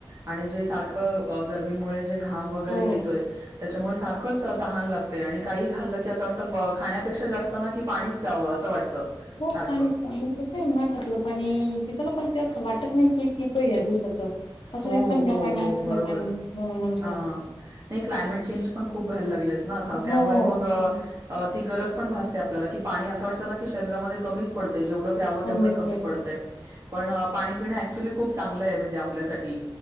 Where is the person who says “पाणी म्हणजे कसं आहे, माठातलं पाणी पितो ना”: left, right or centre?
Left